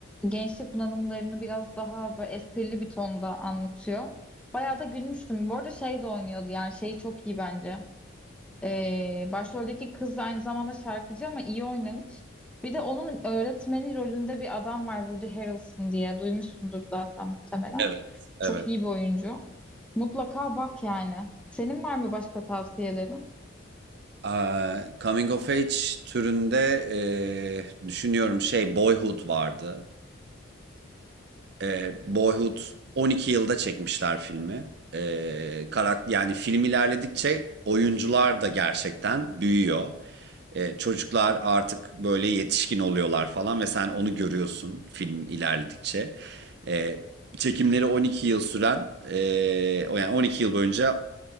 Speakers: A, in the centre; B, on the right (about 55°).
A: Gençlik bunalımlarını biraz daha böyle esprili bir tonda anlatıyor. Bayağı da gülmüştüm. Bu arada şey de oynuyordu yani şeyi çok iyi bence. Ee, başroldeki kız aynı zamanda şarkıcı ama iyi oynamış. Bir de onun öğretmeni rolünde bir adam var Woody Harrelson diye duymuşsundur zaten muhtemelen.
B: Evet, evet.
A: Çok iyi bir oyuncu. Mutlaka bak yani. Senin var mı başka tavsiyelerin?
B: Aa, Coming of Age türünde e, düşünüyorum şey Boyhood vardı. E, Boyhood 12 yılda çekmişler filmi. E, karakter yani film ilerledikçe oyuncular da gerçekten büyüyor. E, çocuklar artık böyle yetişkin oluyorlar falan ve sen onu görüyorsun film ilerledikçe. E, çekimleri 12 yıl süren e, o yani 12 yıl boyunca